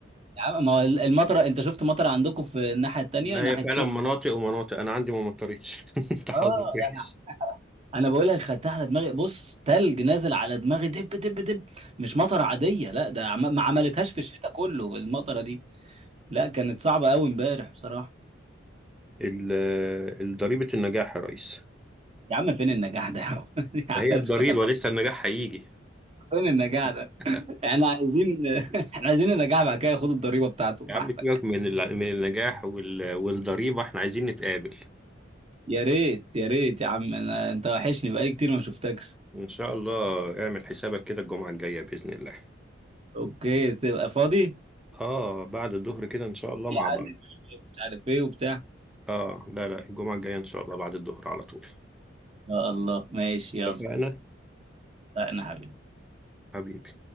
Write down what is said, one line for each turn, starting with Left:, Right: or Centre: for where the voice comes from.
Right: يا عم ما هو المطره انت شفت مطره عندكم في الناحيه التانيه
Centre: ما
Right: ناحيه
Centre: هي فعلا
Right: شبرا
Centre: مناطق ومناطق انا عندي ما مطرتش <laughs> انت حظك
Right: اه
Centre: وحش
Right: ده انا بقول لك خدتها على دماغي بص تلج نازل على دماغي دب دب دب مش مطره عاديه لا ده عم... ما عملتهاش في الشتاء كله المطره دي لا كانت صعبه قوي امبارح بصراحه
Centre: ال- ال- ضريبه النجاح يا ريس
Right: يا عم فين النجاح ده يا عم <laughs> يا
Centre: ما
Right: عم
Centre: هي الضريبه
Right: اشتغل
Centre: لسه النجاح هيجي
Right: فين النجاح ده
Centre: <laughs>
Right: احنا عايزين <laughs> احنا عايزين النجاح بعد كده ياخد الضريبه بتاعته
Centre: يا عم
Right: راحتك
Centre: سيبك من ال- من النجاح وال- والضريبه احنا عايزين نتقابل
Right: يا ريت يا ريت يا عم أنا... انت وحشني بقالي كتير ما شفتكش
Centre: إن شاء الله اعمل حسابك كده الجمعة الجاية بإذن الله
Right: اوكي تبقى فاضي؟ ايه
Centre: آه بعد الظهر كده إن شاء الله مع بعض
Right: عندي شغل مش عارف ايه وبتاع
Centre: آه لا لا الجمعة الجاية إن شاء الله بعد الظهر على طول
Right: يا الله ماشي يلا
Centre: اتفقنا
Right: اتفقنا حبيبي
Centre: حبيبي